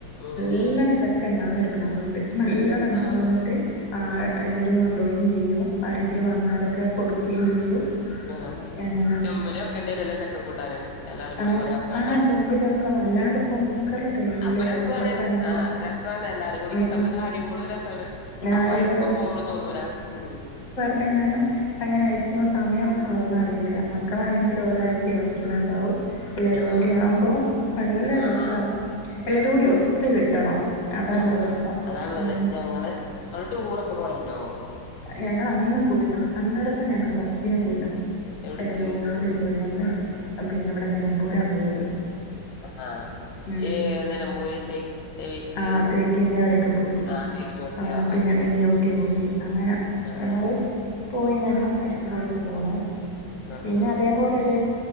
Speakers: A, on the left; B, on the left.
A: ഉം
B: ന ല്ലണ ചക്കണ്ടാവ്ന്നൊരു പ്ലാവുണ്ട് നല്ലെണണ്ടാവും
A: ആഹ്
B: ന്നട്ട് ആ അ് എല്ലരും കണ്ടോവും ചെ ചെയ്യും ആരെങ്കിലും വന്നാലൊക്കെ കൊട്ക്കേം ചെയ്യും.
A: ആ
B: അങ്ങനെ
A: ചെമ്പ് ല് വെക്കെണ്ട്യരൊല്ലോ ചക്ക കൂട്ടാന്. എല്ലാരും കൂടി
B: ആഹ്
A: കൊറേ ആൾക്കാര്ണ്ടാവുമ്പം
B: ആഹ് ചെമ്പില് വെക്കണം അല്ലാണ്ട്പ്പം കുക്കറില് തെകയൂലേലോ
A: അപ്പൊ രസ്വാണ്
B: വെക്കാനാവൂലല്ലോ
A: ആ ര സാണ് എല്ലാരും കൂടി
B: ഉം
A: കുത്തർന്ന്
B: ഉം
A: അരിമ്പളും രസാണ്
B: കാര്യം
A: അപ്പ അരിമ്പം ബോറും തോന്നൂല ഉം
B: ന്നങ്ങാനും അങ്ങനെ ആയിരിക്കുന്ന സമയം പോവുന്നറിയൂല്ല മക്കളാണെങ്കിൽ ഓലയ്കി കളിക്ക്ണ് ണ്ടാവും എല്ലരൂടി
A: ആഹ്
B: ആവുമ്പോ നല്ല
A: ആഹ്
B: രസം
A: ആഹ്
B: എല്ലരൂടിം ഒത്ത് കിട്ടണം അതാണ്
A: ആ
B: പ്രശ്നം
A: അതാള്ളത്
B: ഉം
A: ഞങ്ങള് ഇങ്ങള് ടൂറൊക്കെ പോവല്ണ്ടോ?
B: ഞങ്ങളന്ന് പോയിനു അന്നൊരു സം ഞങ്ങള് ബസ്സിന് പോയിനു.
A: എവിട്ക്ക്
B: എല്ലാരോടിം പോയിനി അന്ന് പിന്നെ ഇവിടെ നിലമ്പൂരാ പോയത്.
A: ആ
B: ഉം
A: ഈ നിലമ്പൂര് തേക്ക്. തേക്ക്
B: ആ തേക്കിൻ്റാടെക്കെ പോയി
A: ആ തേക്ക് മ്യൂസിയം
B: ആ പിന്നെ
A: അയ്ക്ക്
B: മിനി ഊട്ടി പോയി. അങ്ങനെ
A: ആഹ്
B: ഞങ്ങള് പോയിങ്ങാന്ന് അടിച്ചുപൊളിച്ചു പോന്നു.
A: ആഹ്
B: പിന്നെ
A: ആഹ്
B: അതേപോലൊര്